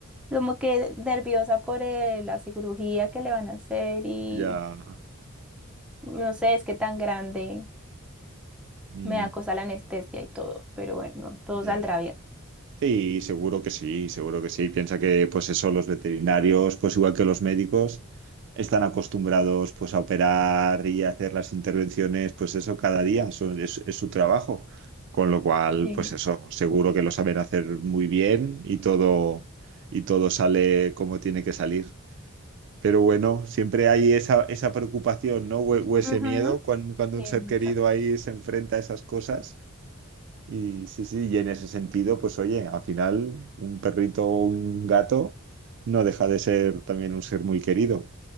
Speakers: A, in the centre; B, on the right.
A: como que nerviosa por eh, la cirugía que le van a hacer y
B: Ya.
A: no sé, es que tan grande,
B: mm,
A: me da cosa la anestesia y todo, pero bueno, todo
B: ya.
A: saldrá bien.
B: Sí, seguro que sí, seguro que sí. Piensa que, pues eso, los veterinarios, pues igual que los médicos, están acostumbrados, pues a operar y a hacer las intervenciones, pues eso, cada día, eso es, es su trabajo. Con lo cual,
A: Sí.
B: pues eso, seguro que lo saben hacer muy bien y todo, y todo sale como tiene que salir. Pero bueno, siempre hay esa, esa preocupación, ¿no? O, o ese
A: Ujú,
B: miedo cuando, cuando
A: Sí,
B: un ser
A: mucho.
B: querido ahí se enfrenta a esas cosas. Y sí, sí, y en ese sentido, pues oye, al final un perrito o un gato no deja de ser también un ser muy querido.